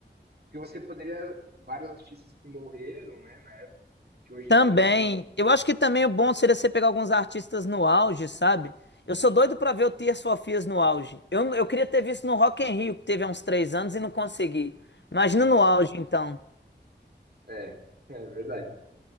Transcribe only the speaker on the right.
Porque você poderia, vários artistas que morreram, né, na época, que hoje
não.
Olha
só.
É, é verdade.